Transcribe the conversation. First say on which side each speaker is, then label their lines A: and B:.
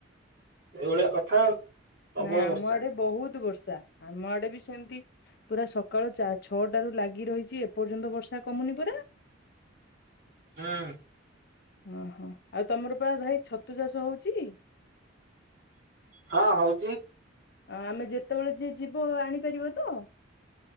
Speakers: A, on the right; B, on the left.
A: ଏଇଭଳିଆ କଥା ଆଉ ପ୍ରବଳ
B: ନାଇଁ ଆମ
A: ବର୍ଷା
B: ଆଡେ ବହୁତ ବର୍ଷା ଆମ ଆଡେ ବି ସେମିତି ପୁରା ସକାଳ ଚାରଛଅଟା ରୁ ଲାଗି ରହିଛି ଏପର୍ଯ୍ୟନ୍ତ ବର୍ଷା କମୁନି ପରା।
A: ହଁ।
B: ଓହୋ ଆଉ ତମର ପରା ଭାଇ ଛତୁଚାଷ ହଉଛି?
A: ହଁ ହଉଛି।
B: ଆମେ ଯେତେବେଳେ ଯିଏ ଯିବ ଆଣିପାରିବ ତ?